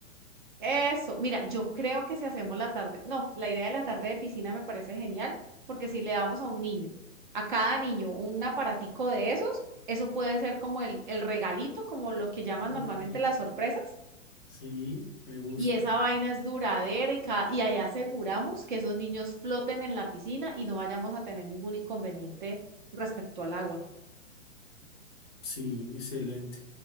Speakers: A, on the right; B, on the left.
A: Eso, mira, yo creo que si hacemos la tarde, no, la idea de la tarde de piscina me parece genial, porque si le damos a un niño, a cada niño, un aparatico de esos, eso puede ser como el, el regalito, como lo que llaman
B: Uf,
A: normalmente las sorpresas,
B: sí, me gusta.
A: y esa vaina es duradera y, ca- y ahí aseguramos que esos niños floten en la piscina y no vayamos a tener ningún inconveniente respecto al agua.
B: Sí, excelente.